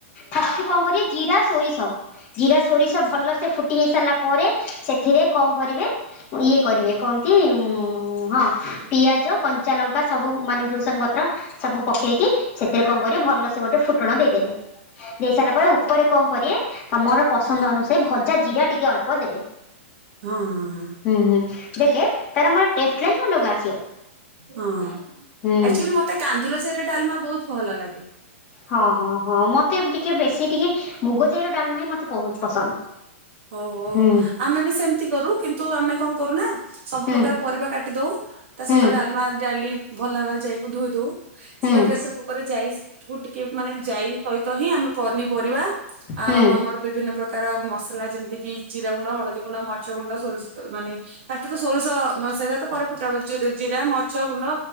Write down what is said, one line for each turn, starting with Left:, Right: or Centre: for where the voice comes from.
Left: ଫାଷ୍ଟ କଣ କରିବେ, ଜିରା ସୋରିଷ ଜିରା ସୋରିଷ ଭଲସେ ଫୁ ଫୁଟି ହେଇସାରିଲା ପରେ, ସେଥିରେ କଣ କରିବେ? ଇଏ କରିବେ କଣକି, ହଁ ପିଆଜ, କଞ୍ଚାଲଙ୍କା, ସବୁ ମାନେ ଭୃସଙ୍ଗ ପତ୍ର ସବୁ ପକେଇକି ସେଥିରେ କଣ କରିବ ଭଲସେ ଗୋଟେ ଫୁଟଣ ଦେଇଦେବେ। ଦେଇ ସାରିଲା ପରେ ଉପରେ କଣ କରିବେ, ତମର ପସନ୍ଦ ଅନୁସାରେ ଭଜା ଜିରା ଟିକେ ଅଳ୍ପ ଦେବେ।
Right: ହଁ ହଁ।
Left: ହୁଁ, ହୁଁ ଦେଲେ ତାର ମାନେ ଟେଷ୍ଟ ହିଁ ଅଲଗା ଆସିବ।
Right: ହଁ,
Left: ହୁଁ
Right: ଆକ୍ଚୁଆଲି ମତେ କାନ୍ଦୁଲେଚେରେ ଡାଲମା ବହୁତ ଭଲ ଲାଗେ।
Left: ହଁ ହଁ ହଁ ମତେ ଟିକେ ବେଶୀ ଟିକେ ମୁଗଜାଇର ଡାଲମା ହୀ ମତେ ବହୁତ ପସନ୍ଦ।
Right: ଓହୋ
Left: ହୁଁ
Right: ଆମେ ବି ସେମିତି କରୁ କିନ୍ତୁ ଆମେ କଣ କରୁନା? ସବୁ
Left: ହୁଁ
Right: ପ୍ରକାର ପରିବା କାଟି ଦଉ ତା
Left: ହୁଁ
Right: ସହିତ ଡାଲମା ଡାଲି ଭଲ ଭାବରେ ଯାଇକି ଧୋଇ ଦଉ। ସେଟପ୍
Left: ହୁଁ
Right: ପ୍ରେସରକୁକରରେ ଯାଇଶ୍ ତାକୁ ଟିକେ ମାନେ ଯାଇ ସହିତ ହିଁ ଆମେ ପନିପରିବା ଆଉ
Left: ଅହ
Right: ଆମର ବିଭିନ୍ନ ପ୍ରକାର କାରଣ ମସଲା ଯେମିତି କି ଜିରା ଗୁଣ୍ଡ, ହଳଦୀ ଗୁଣ୍ଡ ମରିଚଗୁଣ୍ଡ ସୋରିଷ ମାନେ ଫାଷ୍ଟ ତ ସୋରିଷ ସେତ ପରେ ଫୁଟା ହୁଏ ଜିରା, ମରିଚଗୁଣ୍ଡ